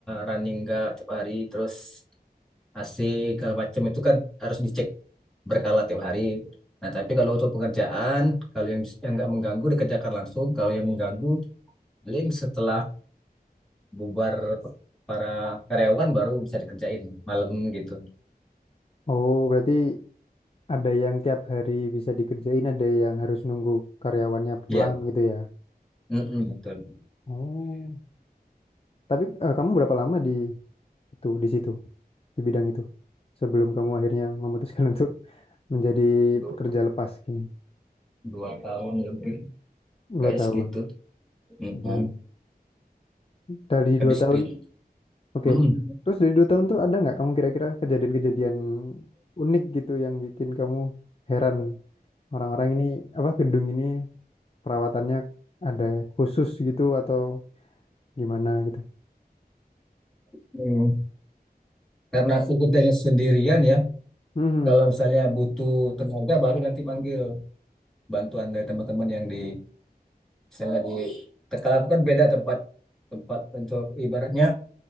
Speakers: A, in the centre; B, on the left (about 35°).
A: running nggak tiap hari terus AC segala macam itu kan harus dicek berkala tiap hari. Nah, tapi kalau untuk pekerjaan, kalau yang yang nggak mengganggu dikerjakan langsung. Kalau yang mengganggu, paling setelah bubar para karyawan baru bisa dikerjain malam gitu.
B: Oh, berarti ada yang tiap hari bisa dikerjain, ada yang harus nunggu karyawannya pulang
A: Ya,
B: gitu ya.
A: mm-mm, betul.
B: Oh. Tapi eh, kamu berapa lama di itu di situ di bidang itu sebelum kamu akhirnya memutuskan <laughs> untuk menjadi
A: Du-
B: pekerja lepas gini?
A: Dua, tahun lebih
B: Dua
A: kayaknya
B: tahun.
A: segitu. Mm-mm.
B: Oh. Dari
A: Habis
B: dua tahun
A: gitu.
B: Oke,
A: Mm-mm.
B: terus dari dua tahun tuh ada nggak kamu kira-kira kejadian-kejadian unik gitu yang bikin kamu heran orang-orang ini apa gedung ini perawatannya ada khusus gitu atau gimana gitu?
A: Mm. Karena aku kerjanya sendirian ya.
B: Hmm,
A: Kalau misalnya butuh tenaga baru nanti manggil bantuan dari teman-teman yang di misalnya di Tekala kan beda tempat tempat untuk ibaratnya